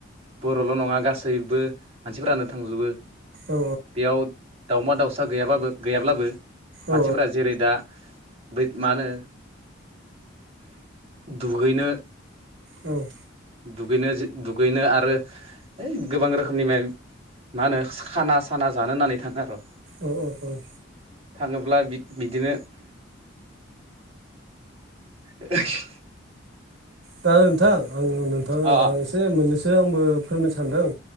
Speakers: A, on the right (about 30°); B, on the right (about 55°).
A: बर'ल' नङा गासैबो। मानसिफोरानो थांजोबो
B: औ
A: बेयाव दाावमा दाउसा गैयाबाबो गैयाब्लाबो
B: औ
A: मानसिफोरा जेरै दा बै मा होनो दुगैनो
B: औ
A: दुगैनो जे दुगैनो आरो है गोबां रोखोमनि म मा होनो खाना साना जानो होन्नानै थाङो आरो'।
B: औ औ औ।
A: थाङोब्ला बिदिनो ए। <inaudible>
B: दा नोंथां आं नोंथांनो
A: अ
B: आं एसे मोननैसो आंबो फोरमायनो सानदों।